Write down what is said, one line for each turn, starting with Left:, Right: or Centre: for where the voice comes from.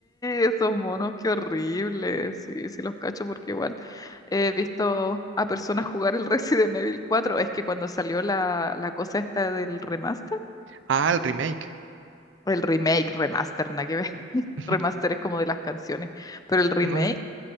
Left: esos monos, qué horrible. Sí, sí los cacho porque igual he visto a personas jugar el <laughs> Resident Evil 4. Es que cuando salió la, la cosa esta del remaster,
Right: Ah, el remake.
Left: el remake, remaster, nada que ver. <laughs>
Right: <laughs>
Left: Remaster es como de las canciones, pero el remake
Right: No,